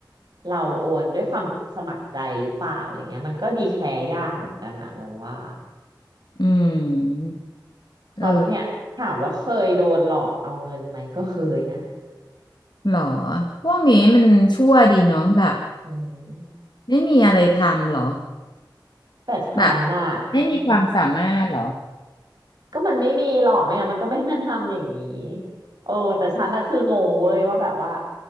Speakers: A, on the right; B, on the left.
A: เราโอนด้วยความสมัครใจหรือเปล่าอะไรเงี้ยมันก็ดีแคร์ยากเหมือนกันอะเราว่า
B: อืม
A: พอเนี่ยถามว่าเคยโดนหลอกเอาเงินไหมก็เคยนะ
B: เออหรอพวกนี้มันชั่วดีเนาะแบบ
A: อืม
B: ไม่มีอะไรทำหรอ
A: แต่ฉันน่ะ
B: แบบไม่มีความสามารถหรอ
A: ก็มันไม่มีหรอกไม่งั้นมันก็ไม่มาทำอย่างนี้โอ้แต่ฉันน่ะคืองงเว้ยว่าแบบว่า